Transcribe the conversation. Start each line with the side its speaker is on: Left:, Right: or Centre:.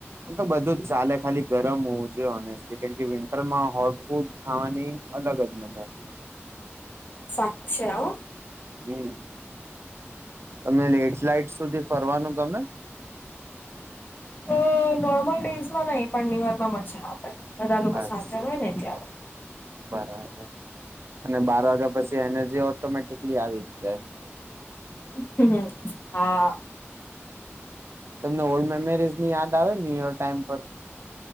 Right: તો બધું જ ચાલે ખાલી ગરમ હોવું <unintelligible> કેમ વિન્ટરમાં હોટ ફૂડ ખાવાની અલગ જ મજા છે
Left: <unintelligible>
Right: હું તમે લેટલાઇટ સુધી ફરવાનું ગમે
Left: ઓ નોર્મલ ડેઈસમાં નહી પણ ન્યૂયોર્કમાં મજા આવે બધા લોકો
Right: અચ્છા
Left: સાચા હોય ને ત્યારે
Right: બરાબર અને બાર વાગ્યા પછી એને જે ઓટોમેટિકલી આવી જ જાય
Left: હું હું હા
Right: તમને ઓલ્ડ મેમોરીઝ ની યાદ આવે ન્યુયોર ટાઈમ પર